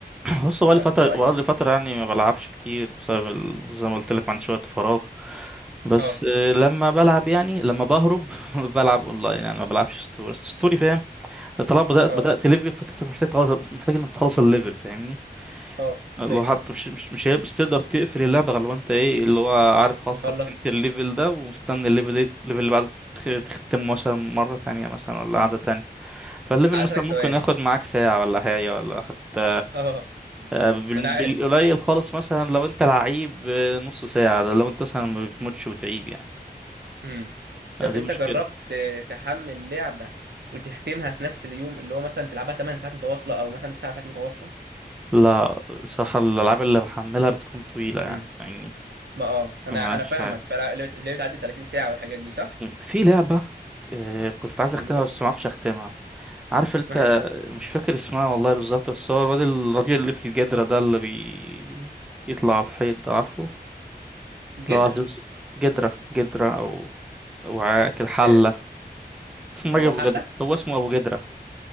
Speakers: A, in the centre; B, on the right.
A: بص بقالي
B: طب
A: فترة
B: كويس
A: بقالي فترة يعني ما بلعبش كتير بسبب ال- زي ما قلت لك ما عنديش وقت فراغ بس
B: اه
A: آه، لما بلعب يعني لما بهرب <laughs> بلعب اونلاين يعني ما بلعبش ستوري أصل ستوري فاهم طالما بدأت
B: اه
A: بدأت ليفل فانت محتاج تخلص- محتاج انك تخلص الليفل فاهمني
B: اه
A: اللي
B: فاهم
A: هو حتى مش مش مش, مش تقدر تقفل اللعبة غير لو انت ايه اللي هو عارف خلاص
B: مخلص
A: ختمت الليفل ده ومستني الليفل ايه الليفل اللي بعده تخ- تختمه مثلا مرة تانية مثلا ولا
B: امم
A: قعدة تانية فالليفل
B: عايز
A: مثلا
B: اسالك
A: ممكن
B: سؤال
A: ياخد معاك ساعة ولا حاجة ولا حتى
B: <laughs> اه
A: آه، بال-
B: ما انا
A: بالقليل
B: عارف
A: خالص مثلا لو انت لعيب آه، نص ساعة لو انت مثلا ما بتموتش وتعيد يعني
B: امم طب
A: آه، دي
B: انت
A: مشكلة
B: جربت تحمل لعبه وتختمها في نفس اليوم اللي هو مثلا تلعبها 8 ساعات متواصله او مثلا 9 ساعات متواصله
A: لا صراحة الألعاب اللي بحملها بتكون طويلة يعني
B: امم
A: يعني
B: ما اه انا
A: مش
B: انا فاهمك فاللعبه بتعدي 30 ساعه والحاجات دي صح
A: في لعبة آه، كنت عايز أختمها
B: ايوه
A: بس معرفش أختمها عارف أنت
B: اسمها ايه
A: مش فاكر اسمها والله بالظبط بس هو الواد الراجل اللي في الجدرة ده اللي بي يطلع على الحيط ده عارفه اللي
B: جدر
A: هو عجوز- جدرة جدرة أو وعاء كده حلة
B: آه.
A: اسمه
B: هو
A: راجل أبو
B: حله
A: جدرة هو اسمه أبو جدرة